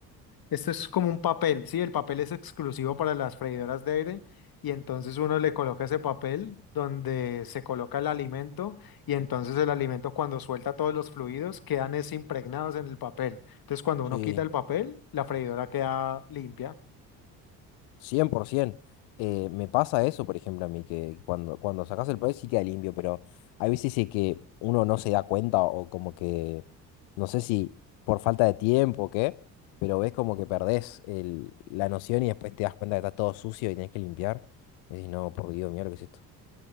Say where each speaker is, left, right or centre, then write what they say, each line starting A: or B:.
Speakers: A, on the left; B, on the left.
A: Esto es como un papel, ¿sí? El papel es exclusivo para las freidoras de aire y entonces uno le coloca ese papel donde se coloca el alimento y entonces el alimento cuando suelta todos los fluidos quedan es impregnados en el papel. Entonces cuando uno
B: Sí.
A: quita el papel, la freidora queda limpia.
B: 100%. Eh, me pasa eso, por ejemplo, a mí, que cuando, cuando sacas el país sí queda limpio, pero hay veces de que uno no se da cuenta o como que, no sé si por falta de tiempo o qué, pero ves como que perdés el- la noción y después te das cuenta que está todo sucio y tenés que limpiar. Y decís, no, por Dios, mira lo que es esto.